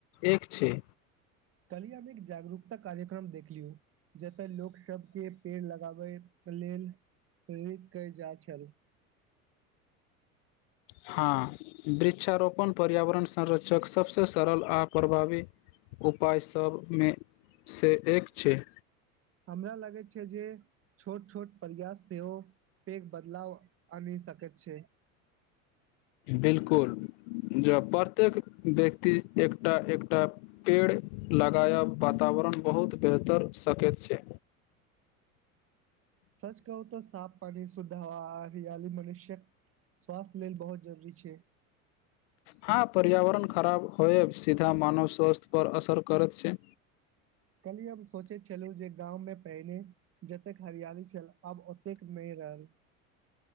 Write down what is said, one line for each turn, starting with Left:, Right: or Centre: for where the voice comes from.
Left: एक छै
Right: कलियामे एक जागरूकता कार्यक्रम देखलियौ जतय लोक सबके पेड़ लगाबे के लेल प्रेरित केल जा छल
Left: हँ वृक्षारोपण पर्यावरण संरक्षक सभसँ सरल आ प्रभावी उपायसभमे सँ एक छै
Right: हमरा लागै छै जे छोट छोट प्रयास सेहोव पेघ बदलाव आनि सकेत छै
Left: बिलकुल ज प्रत्येक व्यक्ति एकटा एकटा पेड़ लगाया बताब वरण बहुत बेहतर सकैत छै
Right: <unintelligible> सच कहू तऽ साफ पानी सुधा ह रियाली मनुष्यक स्वास्थय लेल बहुत जरूरी छै
Left: हँ पर्यावरण खराब होइ सीधा मानव स्वस्थ्य पर असर करैत छै
Right: <unintelligible> कली हम सोचैत छलहु जे गाँव में पहिने जतेक हरियाली छल आब ओतेक मे <unintelligible>